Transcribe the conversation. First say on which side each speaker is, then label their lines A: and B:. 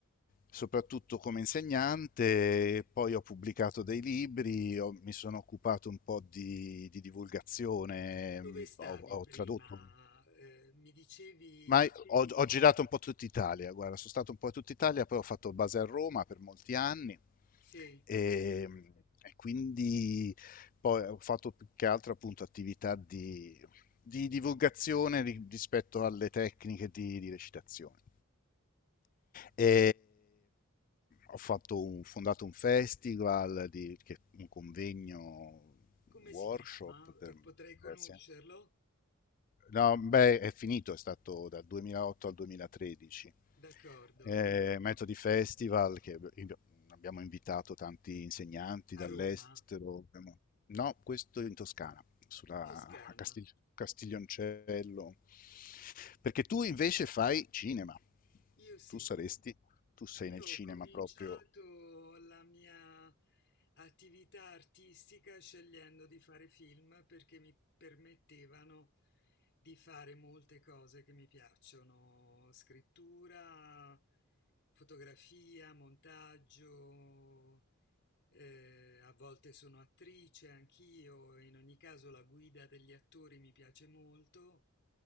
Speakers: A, on the left; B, on the left.
A: soprattutto come insegnante, poi ho pubblicato dei libri, ho- mi sono occupato un po' di, di divulgazione,
B: Dove
A: mh,
B: stavi
A: ho, ho
B: prima?
A: tradotto,
B: Eh, mi dicevi,
A: ma ho, ho girato un po' tutta Italia, guarda, sono stato un po' in tutta Italia, poi ho fatto base a Roma per molti anni
B: sì,
A: e, mh, e quindi poi ho fatto più che altro appunto attività di, di divulgazione ri- rispetto alle tecniche di di recitazione. E ho fatto un fondato un festival di che- un convegno,
B: come
A: workshop
B: si chiama?
A: per
B: Eh, potrei
A: diversi
B: conoscerlo?
A: anni. No, beh, è finito, è stato dal 2008 al 2013.
B: D'accordo.
A: Eh, Metodi Festival, che ab- abbiamo invitato tanti insegnanti dall'estero.
B: A Roma,
A: abbiamo- No, questo in Toscana, sulla-
B: in Toscana.
A: a Castig- Castiglioncello. Perché tu invece fai cinema.
B: Io sì.
A: Tu saresti, tu sei
B: Io
A: nel cinema
B: ho cominciato
A: proprio,
B: la mia attività artistica scegliendo di fare film perché mi permettevano di fare molte cose che mi piacciono, scrittura, fotografia, montaggio, eh, a volte sono attrice anch'io, in ogni caso la guida degli attori mi piace molto